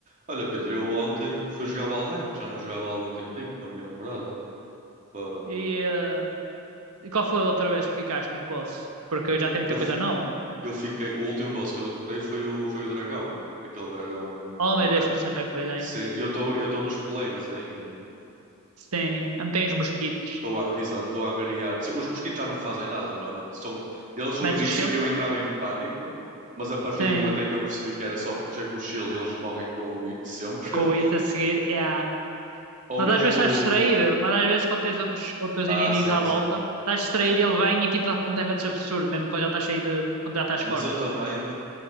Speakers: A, on the right; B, on the right.
A: Olha, Pedro, eu ontem fui jogar Valheim, que já não jogava há algum tempinho, com a minha namorada. Pá,
B: E, eh, e qual foi a outra vez que ficaste em que bolso? Porque já tem muita
A: Eu, fi-
B: coisa nova.
A: eu fiquei. O último boss que eu derrotei foi o, foi o dragão, aquele dragão
B: Oh
A: da
B: meu
A: neve.
B: Deus, tens tanta coisa ainda.
A: Sim, eu estou eu estou nos planes ainda.
B: Sim, não os mosquitos.
A: Estou a, exato, estou a angariar. Se- Os mosquitos já não me fazem nada, literalmente. São, eles no
B: Metes
A: início
B: o shield?
A: eu entrava em pânico, mas a partir
B: Sim.
A: do momento em que eu percebi que era só proteger com o shield e eles morrem com o hit sempre. <laughs>
B: Com o it a seguir é a.
A: Ou
B: Mas
A: mesmo.
B: às vezes estás distraído, mas às vezes quando tens outros, outros
A: Ah,
B: inimigos
A: sim,
B: à volta,
A: sim.
B: estás distraído e ele vem e tipo dá-te um damage absurdo, mesmo quando já estás cheio de. quando já estás
A: Mas
B: forte.
A: eu também.